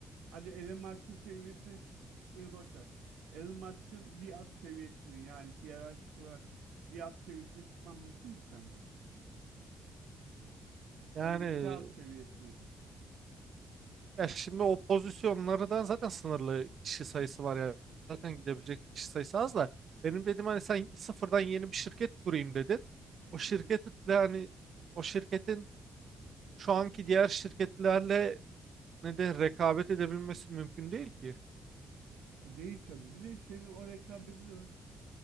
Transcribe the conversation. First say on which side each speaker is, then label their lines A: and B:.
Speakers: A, on the right; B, on the right.
A: Hadi Elon Musk'ın seviyesine çık çıkmayı boş ver. Elon Musk'ın bir at seviyesine yani hiyerarşik olarak bir at seviyesine çıkman mümkün mü sence?
B: Yani
A: Ya da iki at seviyesine.
B: Ya şimdi o pozisyonlardan zaten sınırlı kişi sayısı var yani. Zaten gidebilecek kişi sayısı az da. Benim dedim hani sen sıfırdan yeni bir şirket kurayım dedin. O şirketle
A: Hı hı.
B: hani o şirketin şu anki diğer şirketlerle neden rekabet edebilmesi mümkün değil ki.
A: E değil tabii. Bir de seni o rekabeti de